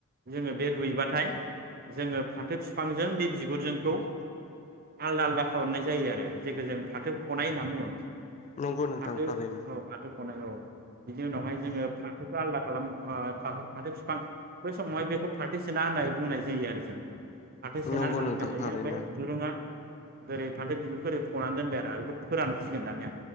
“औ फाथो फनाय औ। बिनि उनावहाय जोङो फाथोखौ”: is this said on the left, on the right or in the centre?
Right